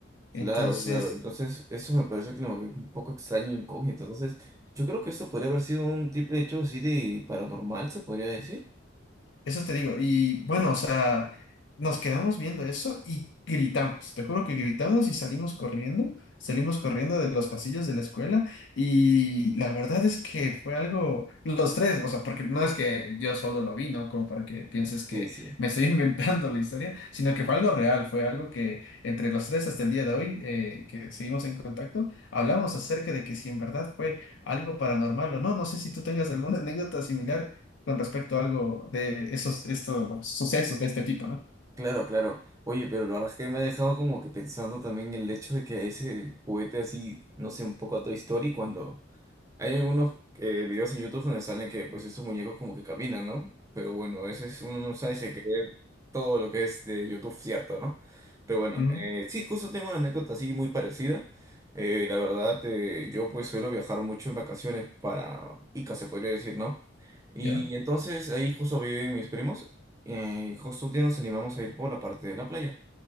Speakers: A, on the right (about 15°); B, on the left (about 70°).
A: Claro,
B: Entonces...
A: claro. Entonces, eso me parece como que un poco extraño e incógnito. Entonces, yo creo que esto podría haber sido un triple hecho así de paranormal, se podría decir.
B: Eso te digo. Y bueno, o sea, nos quedamos viendo eso y gritamos. Te juro que gritamos y salimos corriendo. Salimos corriendo de los pasillos de la escuela. Y la verdad es que fue algo, los tres, o sea, porque no es que yo solo lo vi, ¿no? Como para que pienses
A: Sí,
B: que
A: sí.
B: me estoy <laughs> inventando la historia, sino que fue algo real. Fue algo que entre los tres hasta el día de hoy, eh, que seguimos en contacto, hablamos acerca de que si en verdad fue algo paranormal o no. No sé si tú tengas alguna anécdota similar con respecto a algo de esos, estos sucesos de este tipo, ¿no?
A: Claro, claro. Oye, pero la verdad es que me ha dejado como que pensando también el hecho de que ese juguete así, no sé, un poco a Toy Story cuando Hay algunos eh, videos en YouTube donde salen que pues estos muñecos como que caminan, ¿no? Pero bueno, ese es, uno no sabe si creer todo lo que es de YouTube cierto, ¿no? Pero bueno,
B: Ujú,
A: eh, sí, justo tengo una anécdota así muy parecida. Eh, la verdad, eh, yo pues suelo viajar mucho en vacaciones para Ica, se podría decir, ¿no? Y
B: Ya,
A: entonces ahí justo viven mis primos. eh, justo un día nos animamos a ir por la parte de la playa.